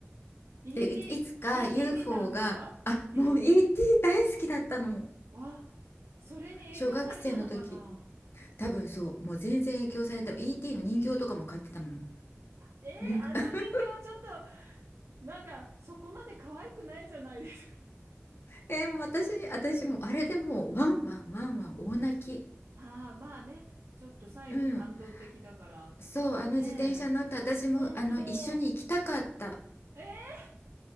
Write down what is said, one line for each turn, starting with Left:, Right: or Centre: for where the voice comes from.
Right: イーティーイーティー見たんですかイーティー。
Left: で、いいつか UFO が、あ、もう ET 大好きだったの。
Right: あ、それに影響されたのかな
Left: 小学生の時。多分そう、もう全然影響された。ET の人形とかも買ってたもん。
Right: えー、
Left: ぬ
Right: あの人形ちょっ
Left: <laughs>
Right: と、なんかそこまで可愛くないじゃないですか。
Left: えもう私に、私もうあれでもうワンワンワンワン大泣き。
Right: ああ、まあね、ちょっと最後感動的だから。
Left: うん。そう、あの自転車乗って私もあの一緒に行きたかった。
Right: ねえ。本当、えー、